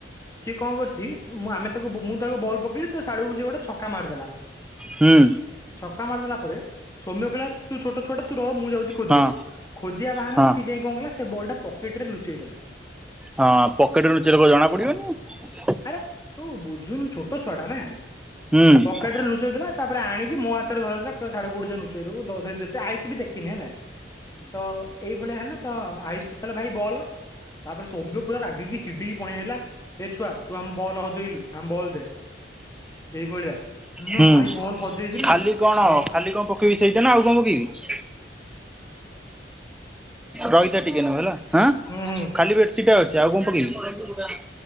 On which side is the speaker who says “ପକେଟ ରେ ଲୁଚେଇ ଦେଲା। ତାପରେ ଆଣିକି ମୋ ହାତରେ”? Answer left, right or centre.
Left